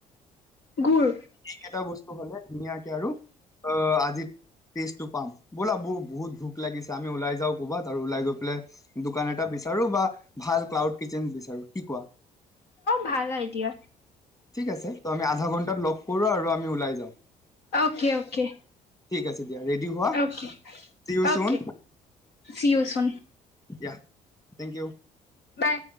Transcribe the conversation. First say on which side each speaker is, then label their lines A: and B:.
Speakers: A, on the left; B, on the left.
A: গুৰ
B: এইকেইটা বস্তু হ'লে ধুনীয়াকে আৰু আ-আজি টেষ্টটো পাম। ব'লা বহু-বহুত ভোক লাগিছে, আমি ওলাই যাওঁ কৰবাত আৰু ওলাই গৈ পেলাই দোকান এটা বিচাৰো বা ভাল ক্লাউড কিটচেন বিচাৰো। কি কোৱা?
A: ভাল আইডিয়া।
B: ঠিক আছে। ত' আমি আধা ঘন্টাত লগ কৰো আৰু আমি ওলাই যাম।
A: Okay, okay.
B: ঠিক আছে। দিয়া ৰেডি হোৱা
A: okay,
B: see you
A: okay.
B: soon
A: See you soon.
B: দিয়া। Thank you.
A: বাই।